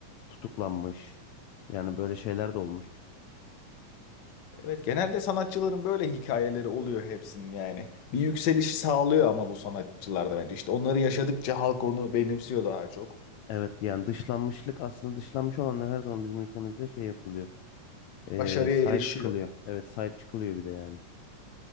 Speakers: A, on the left (about 75°); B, on the left (about 50°).
A: tutuklanmış. Yani böyle şeyler de olmuş.
B: Evet genelde sanatçıların böyle hikayeleri oluyor hepsinin yani. Bir yükselişi sağlıyor ama bu sanatçılarda bence. İşte onları yaşadıkça halk onu benimsiyor daha çok.
A: Evet yani dışlanmışlık aslında dışlanmış olanlar her zaman bizim ülkemizde şey yapılıyor. E,
B: Başarıya
A: sahip
B: erişiyor.
A: çıkılıyor. Evet sahip çıkılıyor bir de yani.